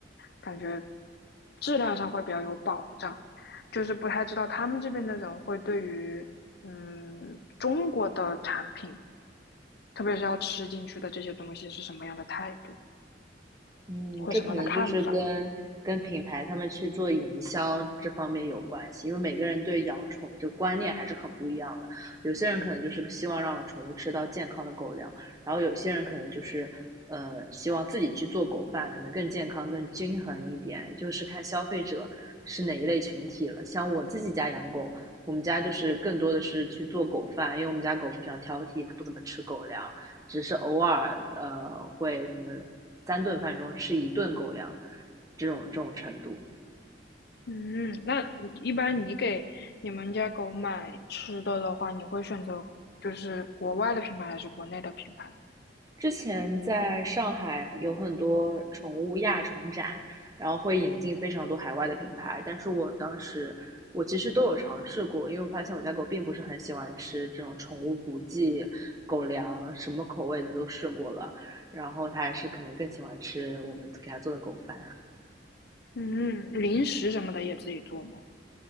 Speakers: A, on the left (about 60°); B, on the right (about 20°).
A: 感觉质量上会比较有保障。就是不太知道他们这边的人会对于嗯中国的产品。特别是要吃进去的这些东西是什么样的态度
B: 嗯，
A: 或什么样的看法。
B: 这可能就是跟跟品牌他们去做营销这方面有关系，因为每个人对养宠的这个观念还是很不一样的。有些人可能就是希望让宠物吃到健康的狗粮，然后有些人可能就是呃希望自己去做狗饭，可能更健康、更均衡一点，就是看消费者是哪一类群体了。像我自己家养狗，我们家就是更多的是去做狗饭，因为我们家狗非常挑剔，它不怎么吃狗粮。只是偶尔呃会可能三顿饭中吃一顿狗粮，这种这种程度。
A: 嗯，那一般你给你们家狗买吃的的话，你会选择就是国外的品牌还是国内的品牌？
B: 之前在上海有很多宠物亚宠展，然后会引进非常多海外的品牌，但是我当时我其实都有尝试过，因为我发现我家狗并不是很喜欢吃这种宠物补剂狗粮，什么口味的都试过了，然后它还是可能更喜欢吃我们给它做的狗饭，
A: 嗯，零食什么的也自己做吗？